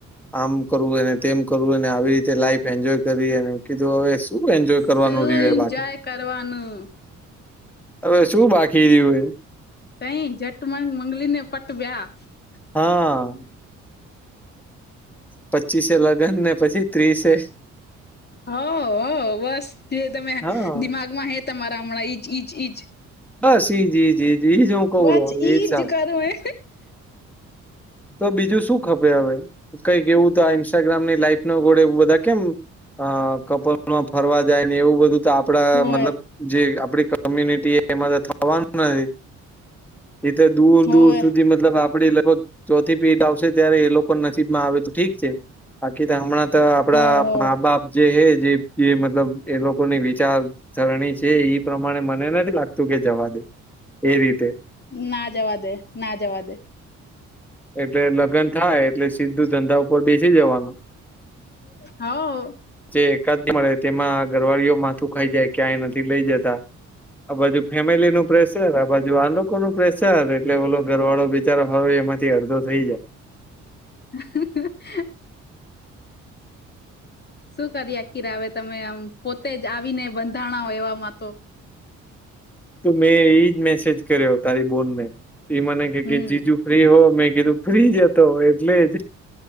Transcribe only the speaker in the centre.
આમ કરવું એ તેમ કરવુંને આવી રીતે લાઈફ એન્જોય કરવી એ કીધું હવે શું એન્જોય કરવાનું
રહ્યું હે
બાકી.
હવે શું બાકી રહ્યું એ
હા પ પચીસ લગ્ન ને પછી ત્રીસે
હા,
બસ ઈ જ, ઈ જ, ઈ જ, ઈ જ હું કઉ
રયો
સારું.
તો બીજું શું ખપે હવે કંઈક એવું તો આ ઇન્સ્ટાગ્રામ ની લાઈફ નો ગોળે એવું બધા કેમ અ કપલમાં ફરવા જાય ને એવું બધું તો આપ આપડા
મતલબ જે આપડી કોમ્યુનિટી એમાં થવાનું નથી એ તો દૂર
દૂર સુધી મતલબ આપ આપ લગભગ ચોથી પેટ આવશે ત્યારે એ લોકો નસીબ માં આવે તો ઠીક છે બાકી તો હમણાં આપડા
મા બાપ જે હે જે મતલબ એ લોકોની વિચાર સરરણી છે ઈ પ્રમાણે મને નથી લાગતું કે જવા દે એ રીતે
એટલે લગ્ન થાય એટલે સીધું ધંધા ઉપર બેસી જવાનું
જે એકાદ મળે તેમાં ઘરવાળીઓ માથું ખાઈ જાય ક્યાંય નથી લઇ જ આ બાજુ ફેમિલી નું પ્રેશર આ બાજુ આ લોકો નું પ્રેશર એટલે ઓ અગરવાળો બેચારો હો એમાંથી અડધો થઈ જાય
તો મેં એજ મેસેજ કર્યો તારી બોનને એ મને કે
કે જીજુ ફ્રી હો મેં કીધું ફ્રી જતો હો એટલે જ